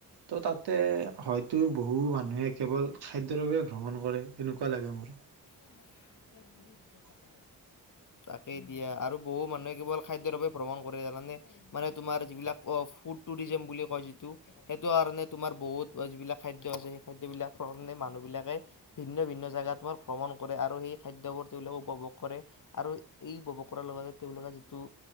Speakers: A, on the right; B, on the left.
A: তো তাতে হয়তো বহু মানুহে কেৱল খাদ্যৰ বাবে ভ্ৰমণ কৰে এনেকুৱা লাগে মোৰ।
B: <unintelligible>
A: <unintelligible>
B: তাকেই দিয়ে আৰু বহু মানুহে কেৱল খাদ্যৰ বাবে ভ্ৰমণ কৰে মানে মানে তোমাৰ যিবিলাক অ ফুড টুৰিজাম বুলি কয় যিটো সেইটো কাৰণে, তোমাৰ বহুত যিবিলাক খাদ্য আছে, সেই খাদ্য বিলাকৰ কাৰণে মানুহ বিলাকে ভিন্ন-ভিন্ন জাগাত তোমাৰ ভ্ৰমণ কৰে, আৰু সেই খাদ্যবোৰ তেওঁলোকে উপভোগ কৰে, আৰু এই <unintelligible> কৰাৰ লগতে তেওঁলোকে যিটো